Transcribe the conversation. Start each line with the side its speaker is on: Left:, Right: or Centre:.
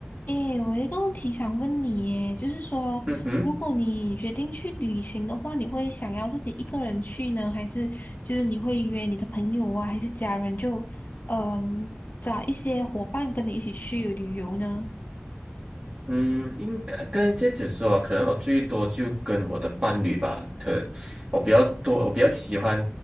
Left: 诶，我有一个问题想问你耶，就是说，
Right: 嗯哼，
Left: 如果你决定去旅行的话，你会想要自己一个人去呢，还是就是你会约你的朋友啊，还是家人就嗯找一些伙伴跟你一起去旅游呢？
Right: 嗯，应该跟这家只说啊，可能我最多就跟我的伴侣吧，可我比较多，我比较喜欢